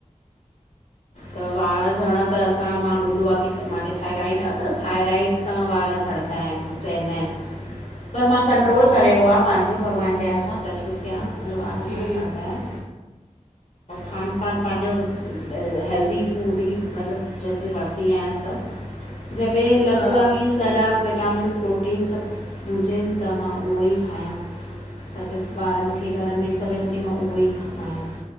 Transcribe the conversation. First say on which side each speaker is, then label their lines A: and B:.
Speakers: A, on the left; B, on the left.
A: त वार झणा त असा मां ॿुधो आहे। की त माखे थायराइड आहे त थायराइड सां वार झरंदा आहिनि चवंदा आहिनि। पर मां कंट्रोल
B: नथा
A: करेियो आहे पंहिंजो भॻवान दया सां टचवुड कयां। मुझा वार
B: जी
A: न छॾंदा आहिन। खान पान पंहिंजो हेल्दी फूड ई मतलब जैसे वरत। दी आहियां सभु जंहिंमें लॻंदो
B: हा
A: आहे की सॼा विटामिन्स। प्रोटीन सभ हजें त मां उहो ई खायां। छा ॿारनि खे घर में सभिन खे मां उहो ई खारायां।